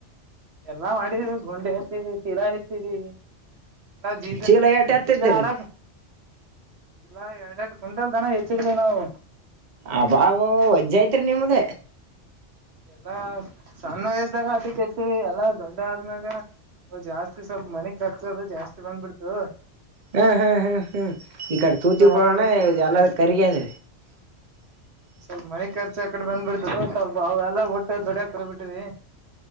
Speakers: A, on the right; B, on the right.
A: ಎಲ್ಲಾ ಮಾಡಿದ್ವಿ ಗುಂಡ ಎತ್ತಿವಿ ಚೀಲಾ ಎತ್ತಿದ್ವಿ ಜೀಜಾ
B: ಚೀಲ ಏಟ ಎತ್ತಿದ್ರಿ
A: ಜಿದ್ದ್ನ ಆಡಕ ಚೀಲಾ ಎರಡ್ ಎರಡು ಕ್ವಿಂಟಲ್ ದನ ಎತ್ತಿದ್ವಿ ನಾವು
B: ಅಬಾಬ ವಜ್ಜ ಐತ್ರಿ ನಿಮ್ದ
A: ಎಲ್ಲಾ ಸಣ್ಣ ವಯಸ್ದಾಗ ಆಟಾಟೆತ್ತಿವಿ ಎಲ್ಲಾ ದೊಡ್ಡ ಆದ್ಮ್ಯಾಗ ಹಾ ಜಾಸ್ತಿ ಸ್ವಲ್ಪ ಮನೆಗ್ ಖರ್ಚದು ಜಾಸ್ತಿ ಬಂದ್ಬಿಡ್ತು.
B: ಹ ಹ ಹ ಹ್ಮ ಈ ಕಡೆ ತೂತಿ
A: ಅಂತವೆಲ್ಲ
B: ಬರಣ
A: ಬಿಟ್ಟು ಹೋಗ್ಬಿಟ್ಟಿವಿ
B: ಈಗ ಎಲ್ಲ ಕರಿಗ್ಯದ
A: ಸ್ವಲ್ಪ ಮನೆ ಖರ್ಚು ಆ ಕಡೆ ಬಂದ್ಬಿಡ್ತು ಸ್ವಲ್ಪ ಅವಾಗೆಲ್ಲ ಬಿಟ್ಟ ದುಡ್ಯಾಕ್ಹೋಗ್ಬಿಟ್ವಿ